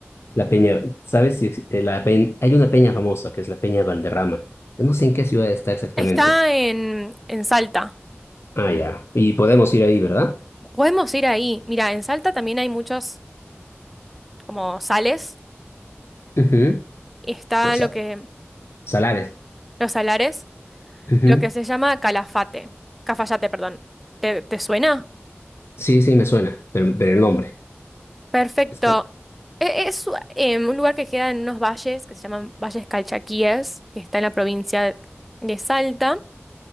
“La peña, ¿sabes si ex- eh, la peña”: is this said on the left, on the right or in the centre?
Left